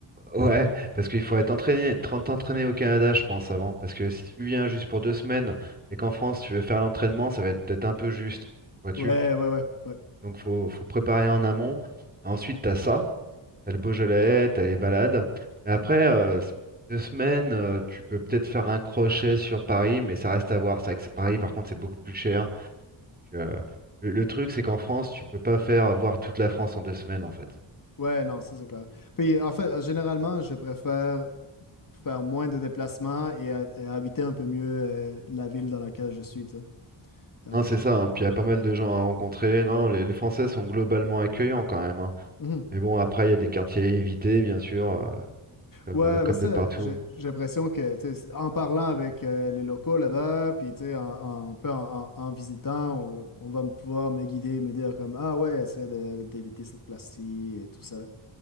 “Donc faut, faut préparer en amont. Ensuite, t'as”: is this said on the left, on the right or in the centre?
Right